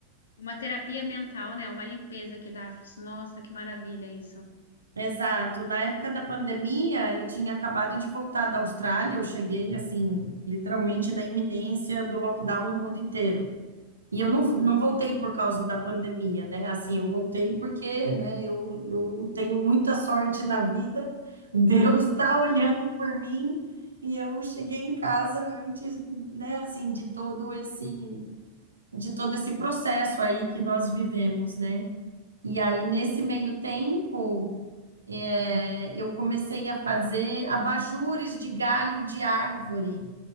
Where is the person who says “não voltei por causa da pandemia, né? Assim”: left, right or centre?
Right